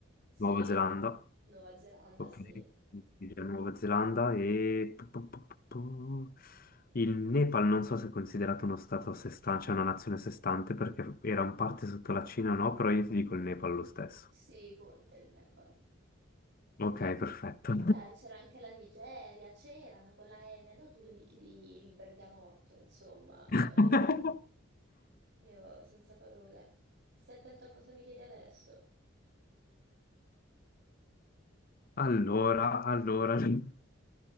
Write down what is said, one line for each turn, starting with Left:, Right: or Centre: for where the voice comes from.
Right: Sì,
Left: Nuova Zelanda,
Right: Nuova Zelanda,
Left: ok,
Right: sì.
Left: Norvegia, Nuova Zelanda e pu- pu- pu- pu- pu- il Nepal non so se è considerato uno stato a sé stante, cioè una nazione a sé stante perché era un parte sotto la Cina o no, però io ti dico il Nepal lo stesso.
Right: Sì, conta il Nepal.
Left: Ok, perfetto.
Right: Dai, c'era anche la Nigeria, c'erano con la N, no? Tu che mi chiedi il bergamotto, insomma,
Left: <laughs>
Right: cioè, io senza parole. Stai attento a cosa mi chiedi adesso.
Left: Allora, allora, <laughs> fammi